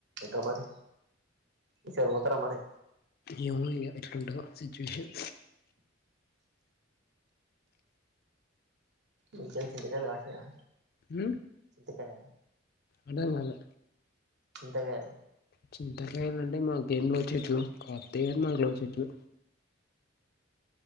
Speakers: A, on the right; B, on the left.
A: ఇంకా మరి ఈసారి పోతారా మరి
B: ఏమో ఈ ఇయర్ ఎట్లుంటదో సిచువేషన్
A: మీసైడ్ సింతకాయలు కాసినయ
B: హు
A: ఎక్కడ
B: అర్ధం కాలే
A: చింత కాదు
B: చింతకాయలంటే మాకేంలో చెట్లు కాత్తే మాకు లో చెట్లు